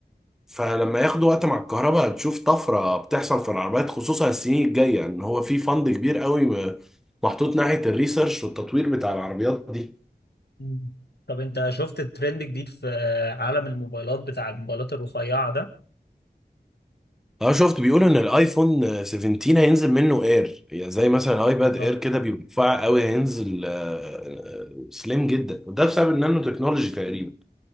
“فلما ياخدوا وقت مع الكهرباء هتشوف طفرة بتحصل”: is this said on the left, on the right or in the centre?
Centre